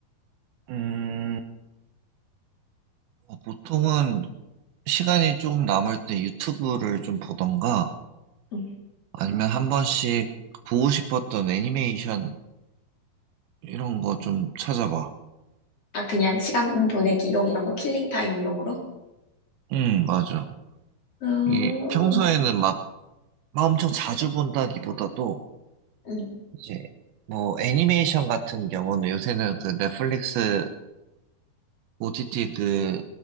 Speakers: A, on the right; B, on the left.
A: 음, 어, 보통은 시간이 조금 남을 때 유튜브를 좀 보던가
B: 응.
A: 아니면 한 번씩 보고 싶었던 애니메이션 이런 거 좀 찾아봐.
B: 아 그냥 시간 보내기 용 이런 거 킬링 타임 용으로?
A: 음, 맞아.
B: 음,
A: 이게 평소에는 막, 막 엄청 자주 본다기보다도
B: 음,
A: 이제 뭐 애니메이션 같은 경우는 요새는 그 넷플릭스 OTT 그